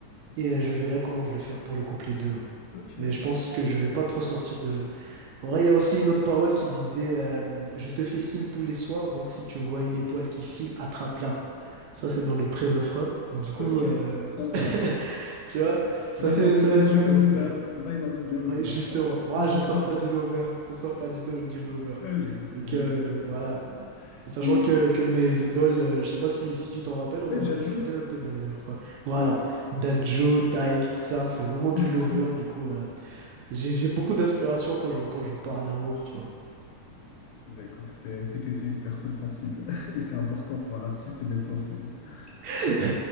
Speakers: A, on the right; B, on the left.
A: Et euh, je verrai comment je vais faire pour le couplet 2. ouais.
B: Ok,
A: Mais je pense que je vais pas trop sortir de là. En vrai, il y a aussi une autre parole qui disait euh, Je te fais signe tous les soirs, donc si tu vois une étoile qui file, attrape-la. Ça, c'est dans le pré-refrain. Du coup,
B: ok,
A: euh,
B: sympa.
A: <laughs> tu vois, ça
B: Vibe
A: fait,
B: un peu,
A: ça fait
B: vibe
A: un truc
B: un peu
A: dans
B: lover,
A: ce genre.
B: vibe un peu bien lover,
A: Ouais, justement,
B: quoi.
A: moi
B: <laughs>
A: je sors pas du lover, je sors pas du, do- du lover.
B: Ouais, j'ai com-
A: Et
B: ouais,
A: que
B: j'ai cru comprendre.
A: voilà, en sachant
B: Et
A: que, que mes idoles, euh, je sais pas si, si tu t'en rappelles, on
B: ouais,
A: en
B: Jadju,
A: a discuté un peu dernière fois. Voilà,
B: tu m'avais pas...
A: Dadjo, Taïk, tout ça, c'est vraiment du
B: <laughs>
A: lover, du coup, euh, j'ai, j'ai beaucoup d'inspiration quand je, quand je parle amour, tu vois.
B: Bah écoute, c'est c'est que t'es une personne sensible. <laughs> Et c'est important pour un artiste d'être sensible.
A: <laughs>
B: <laughs>